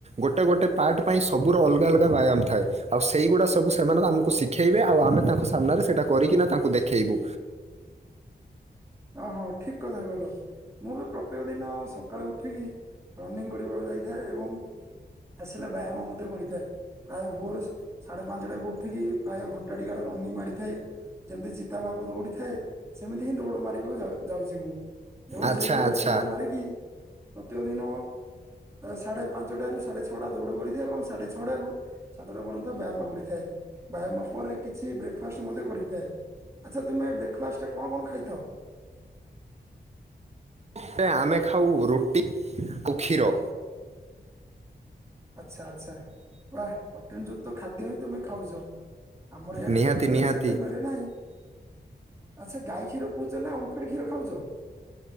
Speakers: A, on the right; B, on the right.
A: ଗୋଟେ ଗୋଟେ ପାର୍ଟ ପାଇଁ ସବୁ ର ଅଲଗା ଅଲଗା ବ୍ୟାୟାମ ଥାଏ। ଆଉ ସେଇଗୁଡା ସବୁ ସେମାନେ ଆମକୁ ଶିଖେଇବେ ଆଉ ଆମେ ତାଙ୍କ ସାମ୍ନାରେ ସେଇଟା କରିକିନା ତାଙ୍କୁ ଦେଖେଇବୁ।
B: ଓହଁ ଠିକ କଥା କିଲ ମୁଁ ବି ପ୍ରତ୍ୟେକ ଦିନ ସ କାଳୁ ଉଠିକି ରନିଂ କରିବାକୁ ଯାଇଥାଏ। ଏବଂ ଆସିଲା ବ୍ୟାୟାମ ମଧ୍ୟ କରିଥାଏ ପ୍ରାୟ ଭୋର ସାଢେ ପାଞ୍ଚଟାକୁ ଉଠିକି ପ୍ରାୟ ଘଣ୍ଟାଡି କାଳ ରନିଂ ମାରିଥାଏ। ଯେମିତି ଚିତାବାଘକୁ ଦୌଡି ଥାଏ ସେମିତି ହିଁ ଦୌଡ଼ ମାର ଯାଉ ଯାଉଛି ମୁଁ ଏବଂ
A: ଆଚ୍ଛା
B: ସେଇପରିଆ
A: ଆଚ୍ଛା
B: ଦୌଡ ମାରିକି ପ୍ରତ୍ୟେକ ଦିନ ସାଢେ ପାଞ୍ଚଟାରୁ ସାଢେ ଛଅଟା ଦୌଡ଼ କରିଦିଏ ଏବଂ ସାଢେ ଛଅଡାରୁ ସାତଟା ପର୍ଯ୍ୟନ୍ତ ବ୍ୟାୟାମ କରିଥାଏ। ବାୟାମ ପରେ କିଛି ବ୍ରେକ୍ଫାଷ୍ଟ ମଧ୍ୟ କରିଥାଏ ଆଚ୍ଛା ତୁମେ ବ୍ରେକ୍ଫାଷ୍ଟରେ କଣ କଣ ଖାଇଥାଅ।
A: ହେ ଆମେ ଖାଉ ରୁଟି କୁ କ୍ଷୀର।
B: ଆଚ୍ଛା ଆଛା ପ୍ରୋଟିନ୍ ଯୁକ୍ତ ଖାଦ୍ୟ ହିଁ ତୁମେ ଖାଉଛ। ଆମର ଇଆଡେ
A: ନିହାତି
B: ତ କ୍ଷୀର
A: ନିହାତି
B: ସେତେ ମିଳେ ନାହିଁ। ଆଚ୍ଛା ଗାଇଖିର ପିଉଚ ନା ଓମ୍ ଫେଡ କ୍ଷୀର ଖାଉଚ।